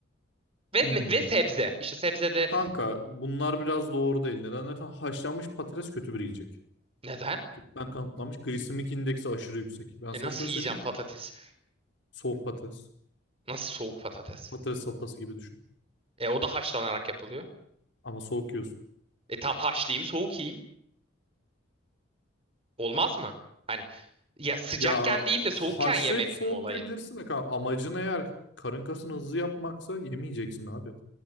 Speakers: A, on the right; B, on the left.
A: Ve,
B: Hmm.
A: ve sebze. İşte sebze de
B: Kanka bunlar biraz doğru değil. Neden dersen haşlanmış patates kötü bir yiyecek.
A: neden?
B: Tıbben kanıtlanmış. Glisemik indeksi aşırı yüksek. Ben
A: E
B: sana
A: nasıl
B: şöyle
A: yiyeceğim
B: söyleyeyim.
A: patates?
B: Soğuk patates.
A: Nasıl soğuk patates?
B: Patates salatası gibi düşün.
A: E o da haşlanarak yapılıyor.
B: Ama soğuk yiyorsun.
A: E tam haşlayayım, soğuk yiyeyim. Olmaz mı? Hani ya sıcakken
B: Ya
A: değil de soğukken
B: haşlayıp
A: yemek
B: soğuk
A: mi olayı?
B: yiyebilirsin de kanka. Amacın eğer karın kasını hızlı yapmaksa yemeyeceksin abi.